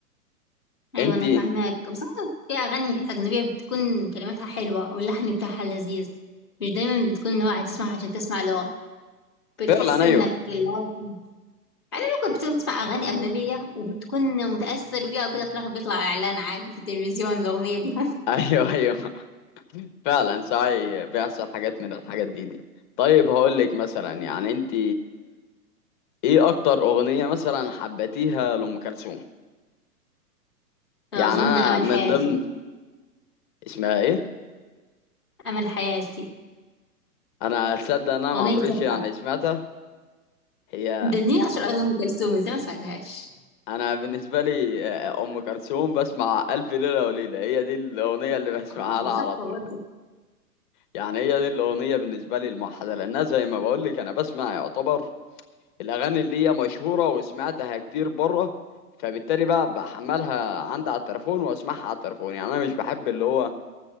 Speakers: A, in the centre; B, on the left.
A: ايوه
B: إنتي
A: انا فاهماك بس أنا في اغاني اجنبيه بتكون كلماتها حلوه واللحن بتاعها لذيذ مش دايما بتكون لغه هتسمعها عشان تسمع لغه بتحس
B: فعلا
A: انك
B: أيوه
A: اللغة يعني ممكن بتسمع بتسمع أغاني أجنبية وبتكون متأثر بيها وكده في الآخر بيطلع إعلان عادي في التلفزيون الأغنية دي
B: أيوه أيوه <laughs> فعلا ساعي بيحصل حاجات من الحاجات دي دي طيب هقول لك مثلا يعني انت ايه اكتر اغنية مثلا حبيتيها لأم كلثوم
A: <laughs> فأظن
B: يعني انا
A: أمل
B: من
A: حياتي
B: ضمن اسمها ايه
A: أمل حياتي
B: انا اتصدق ان انا ما
A: أغنية
B: عمريش
A: تحفة
B: يعني سمعتها هي
A: ده دي أشهر أغنية أم كلثوم إزاي ما سمعتهاش
B: انا بالنسبة لي آه، ام كلثوم بسمع الف ليلة وليلة هي دي الاغنية اللي بسمعها
A: آه
B: لها
A: دي
B: على
A: تحفة
B: طول
A: برضه
B: يعني هي دي الاغنية بالنسبة لي الموحدة لانها زي ما بقول لك انا بسمع يعتبر الاغاني اللي هي مشهورة وسمعتها كتير بره فبالتالي بقى بحملها عندي على التليفون واسمعها على التليفون يعني انا مش بحب اللي هو